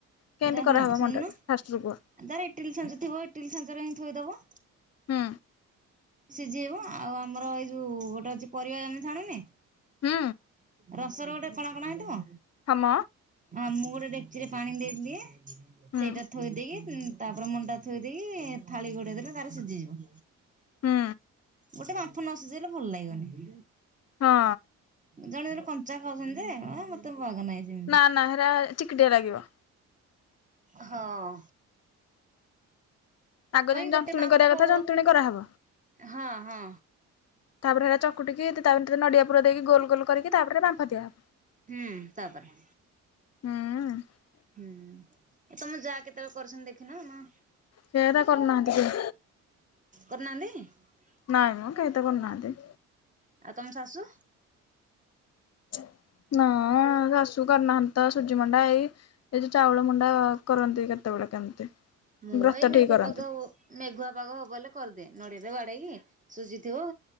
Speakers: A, on the left; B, on the right.
A: କେମିତି
B: ଏଇଟା
A: କରାହବ
B: ହଁ ଶୁଣୁନୁ
A: ମଣ୍ଡା ଟା ଫାଷ୍ଟରୁ କୁହ
B: ଯାର ଇଟିଲି ଛାଞ୍ଚ ଥିବ ଇଟିଲି ଛାଞ୍ଚରେ ହିଁ ଥୋଇଦବ
A: ହୁଁ।
B: ସିଜେଇବ, ଆଉ ଆମର ଏଇ ଯୋଉ ଗୋଟେ ଅଛି ପରିବା ଆମେ ଛାଣୁନେ
A: ହୁଁ
B: ରସ ର ଗୋଟେ କଣା କଣା ହେଇଥିବ,
A: ହଁ ମ
B: ହଁ ମୁଁ ଗୋଟେ ଡେ କଚିରେ ପାଣି ଦେଇଦିଏ,
A: ହୁଁ
B: ସେଇଟା ଥୋଇ ଦେଇକି ତାପରେ ମଣ୍ଡା ଥୋଇ ଦେଇକି, ଥାଳି ଘୋଡେଇଦେଲେ ତାର ସିଜିଯିବ।
A: ହୁଁ।
B: ଗୋଟେ ବାମ୍ଫ ନ ସିଜେଇଲେ ଭଲ ଲାଗିବନି।
A: ହଁ
B: ଜଣେ ଜଣେ କଞ୍ଚା ଖାଉଛନ୍ତି ଯେ ହଁ ମତେ ବାଗ ନାହିଁ ସେମିତି।
A: ନା ନା ହେଇରା ଚିକିଟିଆ ଲାଗିବ।
B: ହଁ।
A: ଆଗ
B: କଇଁ
A: ଯେମିତି
B: ଗୋଟେ
A: ଜନ୍ତୁଣି
B: ବାମ୍ଫ
A: କରିବା କଥା ଜନ୍ତୁଣି କରାହବ।
B: ହଁ ହଁ।
A: ତାପରେ ହେଇରା ଚକୁଟିକି, ତା ଭିତରେ ନଡିଆ ପୁର ଦେଇକି ଗୋଲ ଗୋଲ କରିକି ତାପରେ ବାମ୍ଫ ଦିଆହବ।
B: ହୁଁ। ତାପରେ
A: ହୁଁ।
B: ହୁଁ। ଏ ତମ ଯାଆ କେତ୍ କେତେବେଳେ କରୁଛନ୍ତି ଦେଖିନ ମ
A: ସେରା କରୁନାହାନ୍ତି କେହି
B: କରୁନାହାଁନ୍ତି?
A: ନାଇଁ ମ କେହି ତ କରୁନାହାଁନ୍ତି।
B: ଆଉ ତମ ଶାଶୁ
A: <inaudible> ନା ଶାଶୁ କରିନାହାନ୍ତି ତ ସୁଜି ମଣ୍ଡା ଏଇ ଏ ଯଉ ଚାଉଳ ମଣ୍ଡା କରନ୍ତି କେତେବେଳେ। <unintelligible>
B: ମୁଁ
A: ବ୍ରତ
B: ଏଇ ମେଘୁଆ
A: ଠିକ କରନ୍ତି।
B: ପାଗ ହ ମେଘୁଆ ପାଗ ହବ ବୋଲି କରିଦିଏ। ନଡିଆରେ ବାଡେଇକି ସୁଜିଥିବ